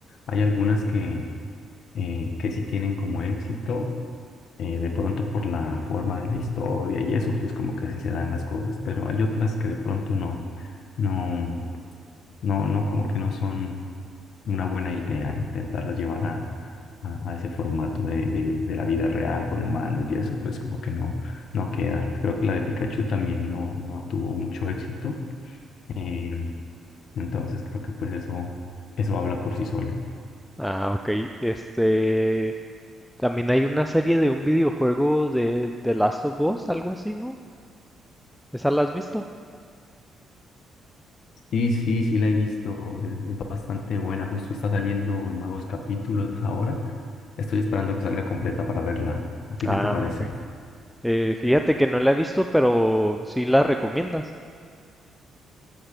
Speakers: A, on the left; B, in the centre.
A: Hay algunas que, eh, que sí tienen como éxito, eh, de pronto por la forma de la historia y eso, pues como que así se dan las cosas, pero hay otras que de pronto no, no, no, no como que no son una buena idea intentarlas llevar a, a, a ese formato de, de, de la vida real con humanos y eso, pues como que no, no queda. Creo que la de Pikachu también no, no tuvo mucho éxito, eh, entonces creo que pues eso, eso habla por sí solo.
B: Ah, ok. Este, también hay una serie de un videojuego de The Last of Us, algo así, ¿no? ¿Esa la has visto?
A: Sí, sí, sí la he visto, es, es bastante buena, justo está saliendo nuevos capítulos ahora, estoy esperando que salga completa para verla. ¿A ti
B: Ah,
A: qué te parece?
B: ok. Eh, fíjate que no la he visto, pero sí la recomiendas.